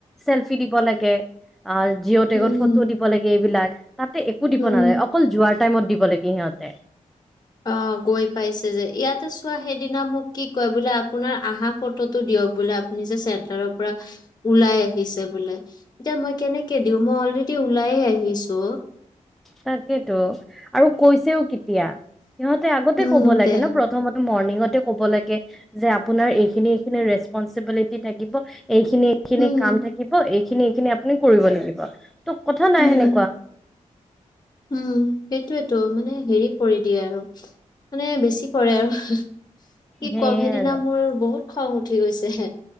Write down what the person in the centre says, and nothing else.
চেলফি দিব লাগে। আৰু জিঅ' টেগত
ফটো দিব লাগে এইবিলাক তাতে একো দিব
নালাগে অকল যোৱাৰ টাইমত দিব লাগে সিহঁতে।
তাকেতো আৰু কৈছেও কিতিয়া সিহঁতে আগতে
কব লাগে
ন' প্ৰথমতে মৰ্ণিঙতে ক'ব লাগে, যে আপোনাৰ এইখিনি এইখিনি ৰেচ ষ্পঞ্চবিলিটি থাকিব, এইখিনি -এইখিনি
কাম থাকিব এইখিনি -এইখিনি আপুনি কৰিব লাগিব। তোক কথা নাই
সেনেকুৱা।
সেয়ে
আৰু